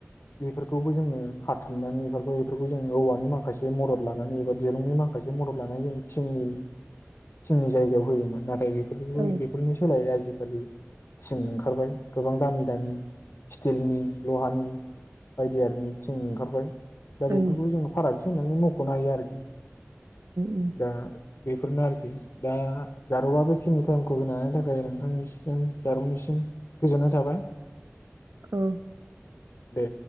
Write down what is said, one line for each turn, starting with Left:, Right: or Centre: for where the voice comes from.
Left: बेफोरखौबो जोङो खाथुमनानै बेफोरखौ बेफोरखौ जो औवानि माखासे मदद लानानै एबा दिरुंनि माखासे मदद लानानै जों थिंनि थिंनि जायगायाव होयोमोन नाथाय बे
Right: ओं
Left: बेफोरनो सोलायै‌ आजि खालि थिं ओंखारबाय गोबां दामि दामि स्टिलनि लहानि बायदि आरिनि थिं ओंखारबाय दा
Right: ओं
Left: बेफोरखौबो जोङो फारागथि <unintelligible> मख'नो हायो आरोखि
Right: ओं
Left: दा बेफोरनो आरोखि दा जारौआ बेखिनि टाइमखौ होनो थाखाय नोंथांनिसिम जारौनिसिम गोजोननाय थाबाय
Right: औ
Left: दे